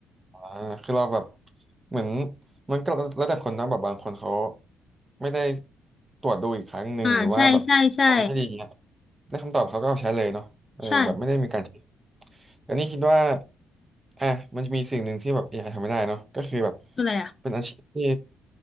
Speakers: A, on the right; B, on the left.
A: อ่าคือเราแบบเหมือนมันก็แล้วแต่คนนะแบบบางคนเขาไม่ได้ตรวจดูอีกครั้งหนึ่งหรือว่าแบบฟังไม่ดี
B: อ่าใช่ใช่ใช่
A: ได้คำตอบเขาก็เอาใช้เลยเนาะเออแบบไม่ได้มีการคิด
B: ใช่
A: แต่นี่คิดว่าอ่ะมันจะมีสิ่งหนึ่งที่แบบ a อไอทำไม่ได้เนาะก็คือแบบ
B: อะไรอ่ะ
A: เป็นอาชีพที่